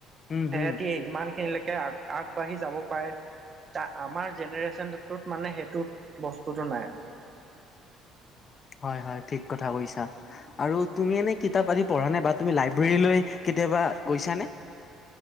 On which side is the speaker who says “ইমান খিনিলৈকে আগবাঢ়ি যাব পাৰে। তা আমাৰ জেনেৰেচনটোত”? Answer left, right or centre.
Right